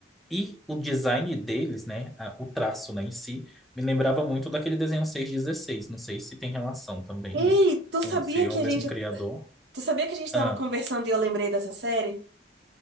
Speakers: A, in the centre; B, on the right.
A: E o design deles, né, a- o traço, né, em si, me lembrava muito daquele desenho 616. Não sei se tem relação também,
B: Ei,
A: né?
B: tu
A: Com,
B: sabia
A: se é
B: que
A: o
B: a
A: mesmo
B: gente,
A: criador.
B: tu sabia que a gente tava
A: Ah,
B: conversando e eu lembrei dessa série?